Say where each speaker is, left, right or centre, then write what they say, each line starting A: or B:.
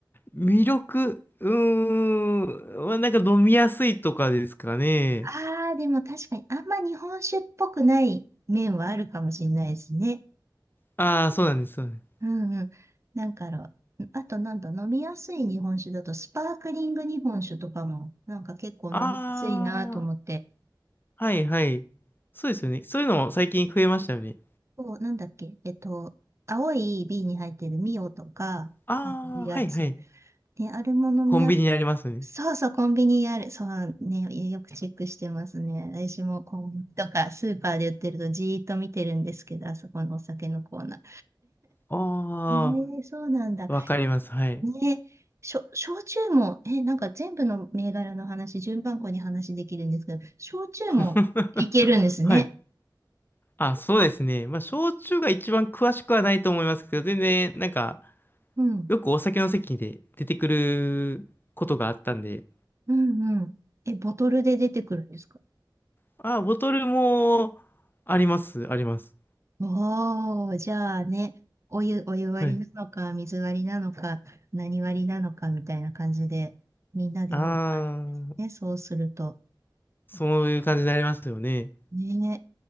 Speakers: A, on the left; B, on the right.
A: 魅力、うーん。まあなんか飲みやすいとかですかね。
B: ああ、でも確かに、あんま日本酒っぽくない面はあるかもしれないですね。
A: ああ、そうなんです。そうなんです。
B: うんうん。なんかあの、あとなんだ、飲みやすい日本酒だと、スパークリング日本酒とかも、なんか結構飲みやすいなと思って、
A: ああ、はいはい。そうですよね。そういうのも最近増えましたよね。
B: こう、なんだっけ、えっと、青い瓶に入ってるミオとか、
A: ああ、
B: ああいうやつ。
A: はいはい。
B: ね、あれも飲みやす、
A: コンビニにありますね。
B: そうそう、コンビニにある。そうね、よくチェックしてますね。私もコンビニとかスーパーで売ってるとじーっと見てるんですけど、あそこのお酒のコーナー。
A: あ
B: ねえ、そうなんだ。
A: あ、
B: ね
A: わかります。はい。
B: え、ねしょ、焼酎も、え、なんか全部の銘柄の話、順番こに話できるんですけど、焼酎もいけるんですね。
A: <laughs> はい。あ、そうですね。まあ、焼酎が一番詳しくはないと思いますけど、全然、なんか、
B: うん、
A: よくお酒の席で出てくることがあったんで、
B: うん、うん。え、ボトルで出てくるんですか
A: あ、ボトルもあります、あります。
B: おー、じゃあね、お湯、お湯割りなのか、
A: はい。
B: 水割りなのか、何割りなのかみたいな感じで、みんなで飲む感じですね。
A: ああ、
B: そうすると。
A: そういう感じになりますよね。
B: ね